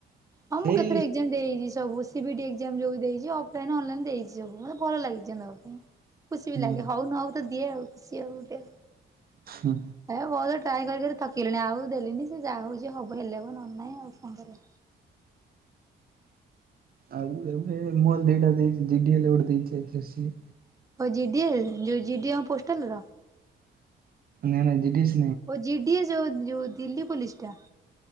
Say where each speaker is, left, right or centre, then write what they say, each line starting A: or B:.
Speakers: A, on the right; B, on the right.
A: ହଁ
B: ସେଇ
A: ମୁଁ କେତେଟା ଏଗ୍ଜାମ ଦେଇଛି ସବୁ CT B E D exam ଯେଉଁ ଦେଇଛି ଅଫଲାଇନ୍ ଅନଲାଇନ୍ ଦେଇଛି ସବୁ ମତେ ଭଲ ଲାଗେ। ଏଗଜାମ ଦେବା ପାଇଁ ଖୁସି ବି
B: ହଁ
A: ଲାଗେ ହଉ ନ ହଉ ତ ଦିଏ ଆଉ ଖୁସି ଆଉ ଗୋଟେ ଆଉ।
B: ହୁ।
A: ଏ ବହୁତ ଟ୍ରାଏ କରିି କରି ଥକିଗଲିଣି। ଆଉ ଦେଲିନି ସେ ଯାହା ହଉଛି ହବ ହେଲେ ହବ ନହେଲେ ନାହିଁ ଆଉ କଣ କରିବା।
B: ଆଉ ଏବେ ମଲ ଦିଟା ଦେଇଛି ଜି ଡି ଏଲ ଗୋଟେ ଦେଇଚି ଏସ ଏସ ସି।
A: ଓ ଜି ଡି ଏ ଯୋଉ ଜି ଡି ଏ ପୋଷ୍ଟାଲ ର?
B: ନାଇଁ ନାଇ ଡି ଡି ଏସ
A: ଓ ଜିଡିଏ ଯୋଉ ଯୋଉ ଦିଲ୍ଲୀ ପୋଲିସ ଟା?